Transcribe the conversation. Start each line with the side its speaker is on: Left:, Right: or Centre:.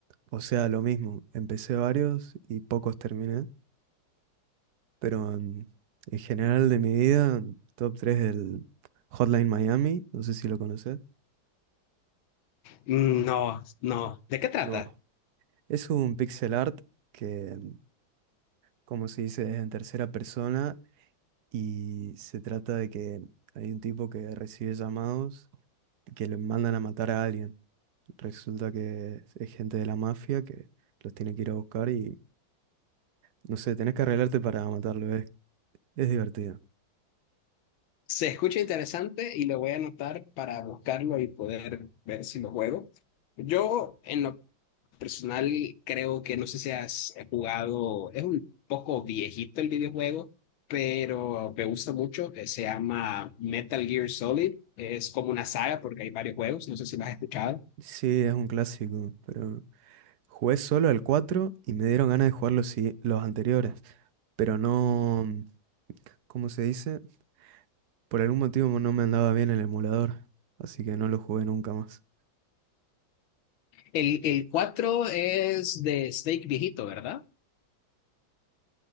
Right: o sea, lo mismo, empecé varios y pocos terminé. Pero en, en general de mi vida, top 3 del Hotline Miami, no sé si lo conoces.
Left: Mm, No, no. ¿De qué trata?
Right: No, es un pixel art que, como se dice, es en tercera persona y se trata de que hay un tipo que recibe llamados que le mandan a matar a alguien. Resulta que es gente de la mafia que los tiene que ir a buscar y, no sé, tenés que arreglarte para matarlo, es, es divertido.
Left: Se escucha interesante y lo voy a anotar para buscarlo y poder ver si lo juego. Yo, en lo personal creo que no sé si has jugado, es un poco viejito el videojuego, pero me gusta mucho, eh, se llama Metal Gear Solid, es como una saga porque hay varios juegos, no sé si lo has escuchado.
Right: Sí, es un clásico, pero Jugué solo al 4 y me dieron ganas de jugar los, sigui- los anteriores, pero no, mm, ¿cómo se dice? Por algún motivo no me andaba bien el emulador, así que no lo jugué nunca más.
Left: El, el 4 es de Snake viejito, ¿verdad?